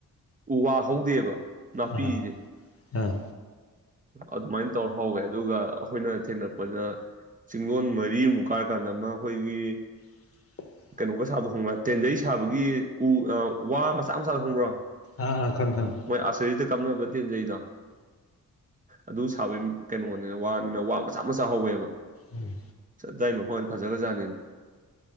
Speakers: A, on the right (about 25°); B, on the left (about 45°).
A: ꯎ ꯋꯥ ꯍꯧꯗꯦꯕ ꯅꯥꯄꯤꯁꯦ
B: ꯑꯥ ꯑꯥ
A: ꯑꯗꯨꯃꯥꯏꯅ ꯇꯧꯔ ꯍꯧꯎꯋꯦ ꯑꯗꯨꯒ ꯑꯩꯈꯣꯏꯅ ꯊꯦꯡꯅꯔꯛꯄꯗ ꯆꯤꯡꯂꯣꯟ ꯃꯔꯤꯃꯨꯛ ꯀꯥꯔꯀꯥꯟꯗ ꯑꯃ ꯑꯩꯈꯣꯏꯒꯤ
B: <inaudible> <unintelligible>
A: ꯀꯩꯅꯣꯒ ꯁꯥꯕꯗꯣ ꯈꯪꯡꯕ꯭ꯔꯥ ꯇꯦꯟꯖꯩ ꯁꯥꯕꯒꯤ ꯎ ꯋꯥ ꯃꯆꯥ ꯃꯆꯥꯗ ꯈꯪꯕ꯭ꯔꯣ
B: ꯑꯥ ꯑꯥ ꯈꯪꯑꯦ ꯈꯪꯑꯦ
A: ꯃꯣꯏ ꯑꯥꯔꯆꯔꯤꯗ ꯀꯥꯞꯅꯕ ꯇꯤꯟꯖꯩꯗꯣ ꯑꯗꯨ ꯁꯥꯕꯒꯤ ꯀꯩꯅꯣꯅꯦ ꯋꯥꯅꯤꯅ ꯋꯥ ꯃꯆꯥ ꯃꯆꯥ ꯍꯧꯋꯦꯕ
B: ꯎꯝ
A: ꯗꯥꯢ ꯃꯐꯝꯒꯗꯤ ꯐꯖꯈ꯭ꯔꯥ ꯖꯥꯠꯅꯤꯗ